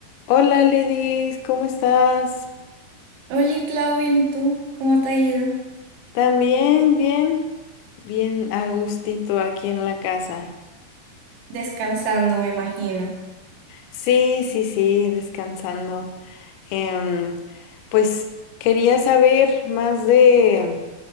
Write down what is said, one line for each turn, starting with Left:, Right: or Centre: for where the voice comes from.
Left: Hola Lidis, ¿cómo estás?
Right: Hola, Claudia, ¿y tú? ¿Cómo te ha ido?
Left: ¿También? ¿Bien? Bien a gustito aquí en la casa.
Right: Descansando, me imagino.
Left: Sí, sí, sí, descansando. Em, pues quería saber más de